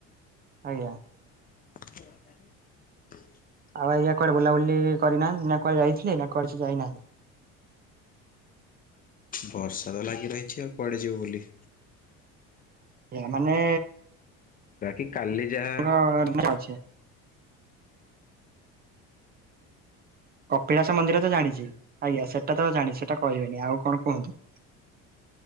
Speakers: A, on the right; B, on the left.
A: ଆଜ୍ଞା।
B: <unintelligible>
A: ଆଉ ଆଜ୍ଞା କୁଆଡ ବୁଲାବୁଲି କରିନାହାନ୍ତି ନା କୁଆଡେ ଯାଇଥିଲେ ନା କୁଡେ ସେ ଯାଇନାହାନ୍ତି?
B: ବର୍ଷା ତ ଲାଗି ରହିଛି ଆଉ କୁଆଡ଼େ ଯିବୁ ବୁଲି।
A: ଆଜ୍ଞା ମାନେ
B: ବାକି କାଲି ଯାହା।
A: <unintelligible> କପିଳାସ ମନ୍ଦିର ତ ଜାଣିଛି ଆଜ୍ଞା ସେଟା ତ ଜାଣିଛି ସେଟା କହିବେନି ଆଉ କଣ କୁହନ୍ତୁ।